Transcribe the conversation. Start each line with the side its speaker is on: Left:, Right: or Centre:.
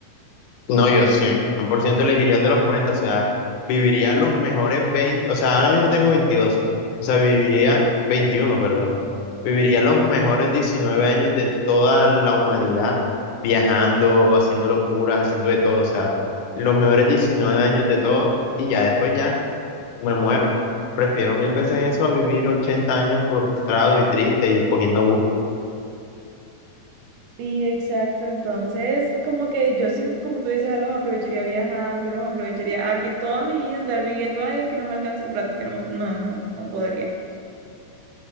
Left: No, yo cien por ciento elegiría el de los 40, o sea, viviría los mejores 20, o sea, ahora mismo tengo 22, o sea, viviría 21, perdón, viviría los mejores 19 años de toda la humanidad, viajando, haciendo locuras, haciendo de todo, o sea, los mejores 19 años de todo y ya después ya me muero. Prefiero mil veces eso a vivir 80 años frustrado y triste y cogiendo bus.
Right: Sí, exacto. Entonces, como que yo sí, como tú dices, ah, los aprovecharía viajando, los aprovecharía. Aquí toda mi vida andar viviendo, ay, es que no me alcanza el plata, es que no, me- no, no, no podría.